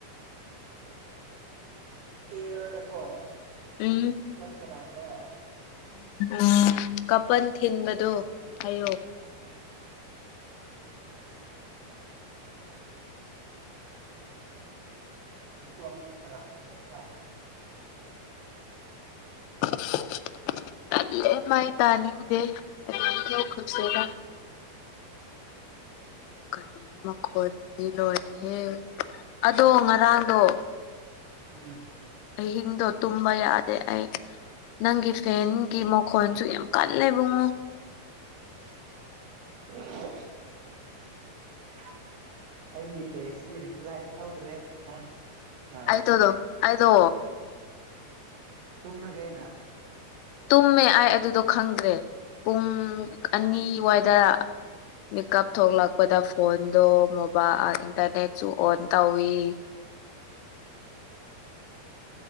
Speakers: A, on the right; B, on the left.
A: ꯑꯦꯔꯗꯀꯣ
B: ꯎꯝ
A: ꯐꯨ ꯋꯥꯟ ꯀꯔꯝꯕ
B: ꯎꯝ ꯀꯄꯟ ꯊꯤꯟꯕꯗꯣ ꯍꯥꯏꯌꯨ
A: ꯅꯣ ꯈꯔꯁꯨꯥꯏ
B: <inaudible> ꯑꯩ ꯃꯥꯏ ꯇꯥꯅꯤꯡꯗꯦ ꯑꯗꯨꯁꯗ ꯀꯔꯤ ꯃꯈꯈꯅꯤꯗꯤ ꯂꯣꯏꯍꯦ ꯑꯗꯣ ꯉꯔꯥꯡꯗꯣ
A: ꯎꯝ
B: ꯑ ꯍꯤꯡꯗꯣ ꯇꯨꯝꯕ ꯌꯥꯗꯦ ꯑꯩ ꯅꯪꯒꯤ ꯐꯦꯟꯒꯤ ꯃꯈꯣꯟꯁꯨ ꯌꯥꯝ ꯀꯜꯂꯦꯕꯨꯡꯉꯣ
A: <inaudible> ꯑꯩꯒꯤ ꯇꯦꯛꯁꯁꯤ ꯔꯤꯄ꯭ꯂꯥꯏ ꯇꯧꯗ꯭ꯔꯦ ꯑ ꯑ
B: ꯑꯩꯗꯣꯗꯣ ꯑꯩꯗꯣ
A: ꯇꯨꯅꯒꯅ
B: ꯇꯨꯝꯃꯦ ꯑꯩꯥꯏ ꯑꯗꯨꯗꯣ ꯈꯪꯗ꯭ꯔꯦ ꯄꯨꯡ ꯑꯅꯤꯋꯥꯏꯗ ꯃꯤꯀꯞ ꯊꯣꯛꯂꯛꯄꯗ ꯐꯣꯟꯗꯣꯣꯕꯥ ꯏꯟꯇꯔꯅꯦꯠꯁꯨ ꯑꯣꯟ ꯇꯧꯋꯤ <unintelligible>